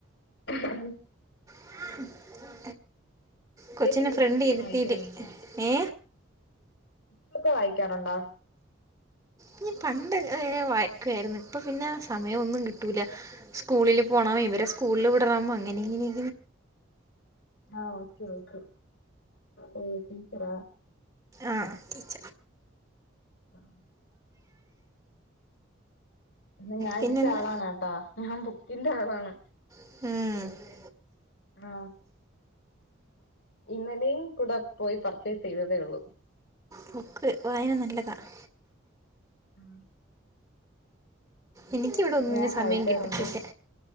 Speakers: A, on the left; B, on the right.
A: <unintelligible>
B: <unintelligible> കൊച്ചിനെ
A: ചേച്ചി ബുക്സൊക്കെ
B: ഫ്രണ്ട് ഇരുത്തിയിട്ട്
A: വായിക്കാറുണ്ടോ
B: ഏ
A: ബുക്സ്ക്കെ വായിക്കാറുണ്ടോ
B: ഇൻ പണ്ട് വായിക്കുയായിരുന്നു ഇപ്പൊ പിന്നെ സമയോന്നും കിട്ടൂല സ്കൂളിൽ പോണം ഇവരെ സ്കൂളിൽ വിടണം അങ്ങനെ ഇങ്ങനെയ
A: ആഹ ഓക്കെ ഓക്കെ ഓ തീച്ചറ
B: ആഹ ടീച
A: ആഹ എന്ന ഞാൻ
B: പിന്നെന്താ
A: ഇതിന്റെ ആളാണ്ട്ടാ ഞാൻ ബുക്കിൻന്റെ ആളാണ്
B: ഹം
A: ആ ഇന്നലെയും കൂടെ പോയി പർച്ചേസ് ചെയ്തതേ ഉള്ളൂ
B: ബുക്ക് വായന നല്ലതാണ്
A: ഉം അങ്ങനെ
B: എനിക്കിവിടെ ഒന്ന
A: ഞാൻ
B: സമയം
A: വായിക്കാറുണ്ട്
B: കിട്ടട്ടില്ലേ